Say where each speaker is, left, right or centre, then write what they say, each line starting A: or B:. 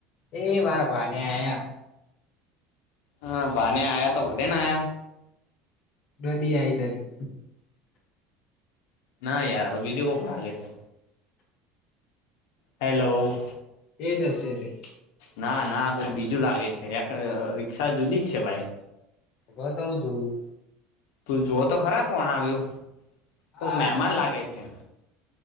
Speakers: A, on the left (about 50°); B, on the left (about 80°).
A: એ મારા પાને આ.
B: હા! બાહને આયા તો, ભલેે ના આયા.
A: ગડી આઈ દડી.
B: ના યાર. તો બીજું કોક લાગે છે. હેલો.
A: એજ હશે રે
B: ના ના કો બીજું લાગે છે. એક રિક્ષા જુદી જ છે ભાઈ.
A: બર તો હું જોઉું.
B: તું જોવ તો ખરા કોણ આવ્યું?
A: હા
B: કોક
A: હા!
B: મહેમાન
A: ચાલુ.
B: લાગે છે